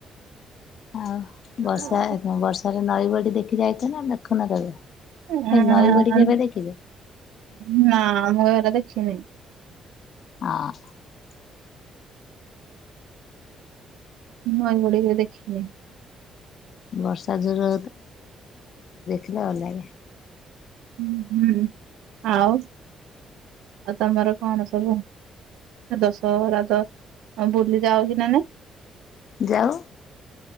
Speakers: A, on the left (about 60°); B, on the right (about 90°).
A: ଆଉ ବର୍ଷା,
B: ଆଉ
A: ବର୍ଷାରେ ନଈବଢି ଦେଖି ଯାଇଛ ନା ଦେଖୁନା କେବେ?
B: <unintelligible>
A: ଏଇ ନଈ ବଢି କେବେ ଦେଖିଛ?
B: ନା ମୁଁ ଏରା ଦେଖିନି।
A: <unintelligible>
B: ନଈ ବଢ଼ି କେବେ ଦେଖିନି।
A: ବର୍ଷା ଜୋର। <unintelligible>
B: ହୁଁ ହୁଁ ଆଉ, ଆଉ ତମର କଣ ସବୁ। ଦଶହରା ତ ଆଉ ବୁଲି ଯାଉଚି ନା ନାଇ।
A: ଯାଅ।